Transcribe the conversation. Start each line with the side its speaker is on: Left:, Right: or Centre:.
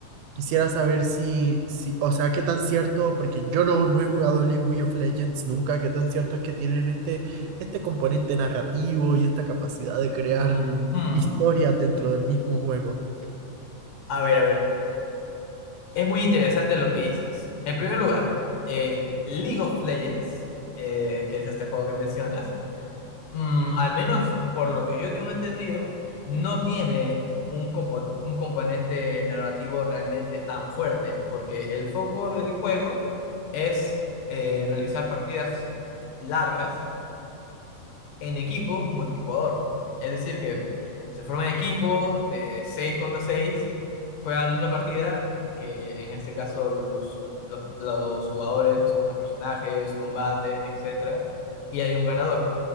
Right: Quisiera saber si, si, o sea, qué tan cierto, porque yo no, no he jugado League of Legends nunca, qué tan cierto es que tienen este, este componente narrativo y esta capacidad de crear
Left: Mm, mm.
Right: historias dentro del mismo juego.
Left: A ver, a ver. Es muy interesante lo que dices. En primer lugar, eh, League of Legends, eh, que es este juego que mencionas, mm, al menos por lo que yo tengo entendido, no tiene un, compo- un componente narrativo realmente tan fuerte, porque el foco del juego es eh, realizar partidas largas en equipo multijugador. Es decir, que se forman equipos de 6 contra 6. Juegan una partida que en este caso los, los, los jugadores escogen personajes, combaten, etcétera, y hay un ganador.